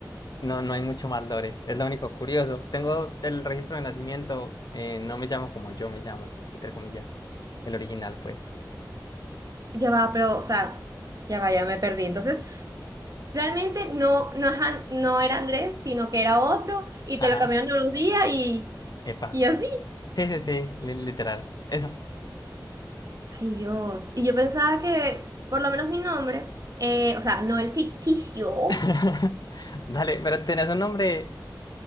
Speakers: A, on the left; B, on the right.
A: No, no hay mucho más lore. Es lo único curioso. Tengo el registro de nacimiento. eh, no me llamo como yo me llamo, entre comillas. El original, pues.
B: Ya va, pero, o sea, ya va, ya me perdí. Entonces, realmente no, no, es An- no era Andrés, sino que era otro, y
A: Ajá.
B: te lo cambiaron a los días y,
A: Epa.
B: y así.
A: Sí, sí, sí. li- literal. Eso.
B: Ay, Dios. Y yo pensaba que, por lo menos mi nombre, eh, o sea, no el ficticio.
A: <laughs> Dale, pero tenés un nombre